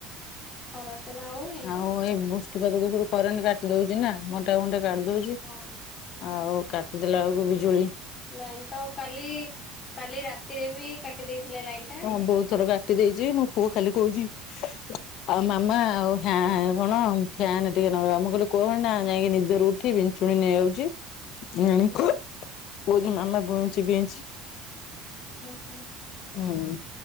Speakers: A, on the left (about 35°); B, on the left (about 60°).
A: ଖରା ସିନା ହଉନି
B: ଆଉ ଏଇ ବୃଷ୍ଟିପାତ ଦ ଉପରୁ କରେଣ୍ଟ କାଟି ଦଉଛି ନା ଗଣ୍ଟା ଘୁଣ୍ଟା କାଟି ଦଉଛି
A: ହଁ
B: ଆଉ କାଟିଦେଲା ବେଳକୁ ବିଜୁଳି
A: ଲାଇନ୍ ତ କାଲି କାଲି ରାତିରେ ବି କାଟି ଦେଇେଇଥିଲେ ଲାଇନ୍
B: ହଁ ବହୁତ ଥର କାଟି ଦେଇଛି ମୋ ପୁଅ ଖାଲି
A: ହୁଁ।
B: କହୁଛି ଆଉ ମାମା ଆଉ ଫା କଣ ଫ୍ୟାାନ ଟିକେ ନବା ମୁଁ କହିଲି କହ ନା ଯାଇକି ନିଦରୁ ଉଠିବି ଚୁଣି ନେଇଯାଉ ଛିଣୀଙ୍କ
A: ହୁଁ
B: କୁହୁଛି ମାମା ବଇ ବିଞ୍ଚି ବିଞ୍ଚି
A: ହୁଁ ହୁଁ
B: ହୁଁ।